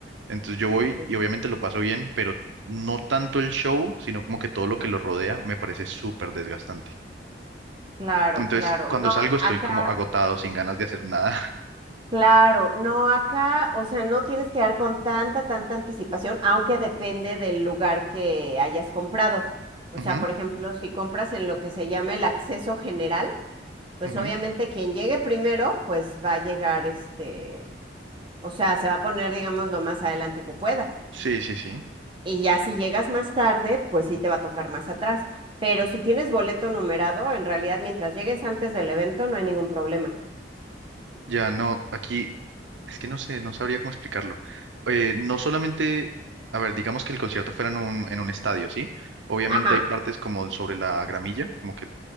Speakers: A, on the right (about 80°); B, on the right (about 30°).
A: Entonces yo voy
B: Ok.
A: y obviamente lo paso bien, pero no tanto el show, sino como que todo
B: Ajá.
A: lo que lo rodea me parece súper desgastante.
B: Claro,
A: Entonces
B: claro.
A: cuando
B: No,
A: salgo
B: acá.
A: estoy como agotado, sin ganas de hacer nada.
B: Claro, no acá, o sea, no tienes que dar con tanta, tanta anticipación, aunque depende del lugar que hayas comprado. O
A: <laughs>
B: sea,
A: Ujú,
B: por ejemplo, si compras en lo que se llama el acceso general, pues
A: ujú.
B: obviamente quien llegue primero, pues va a llegar este, o sea, se va a poner, digamos, lo más adelante que pueda.
A: Sí, sí, sí.
B: Y ya si llegas más tarde, pues sí te va a tocar más atrás. Pero si tienes boleto numerado, en realidad mientras llegues antes del evento no hay ningún problema.
A: Ya no, aquí es que no sé, no sabría cómo explicarlo. Eh, no solamente, a ver, digamos que el concierto fuera en un, en un estadio, ¿sí? Obviamente
B: Ajá,
A: hay partes como sobre la gramilla, como que